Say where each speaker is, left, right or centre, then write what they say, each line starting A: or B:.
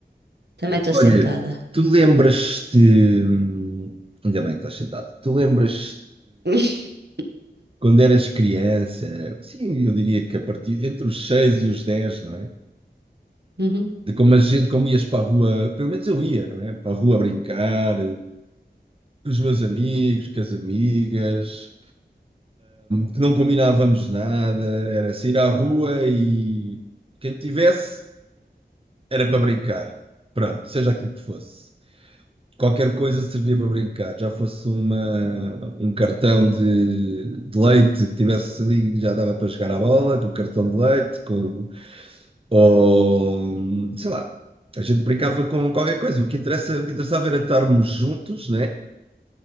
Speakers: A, on the right (about 70°); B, on the right (about 30°).
A: Também estou
B: Olha,
A: sentada.
B: tu lembras-te. hum, Ainda bem que estás sentada. Tu lembras-te
A: <laughs>
B: quando eras criança? Sim, eu diria que a partir entre os 6 e os 10, não é?
A: Uhum,
B: De como a gente, como ias para a rua, pelo menos eu ia, não é? Para a rua brincar, com os meus amigos, com as amigas. que não combinávamos nada, era sair à rua e quem tivesse era para brincar. Pronto, seja aquilo que fosse. Qualquer coisa servia para brincar, já fosse uma, um cartão de, de leite que tivesse ali, já dava para jogar à bola, com o cartão de leite, com, ou sei lá, a gente brincava com qualquer coisa. O que interessa, o que interessava era estarmos juntos, né?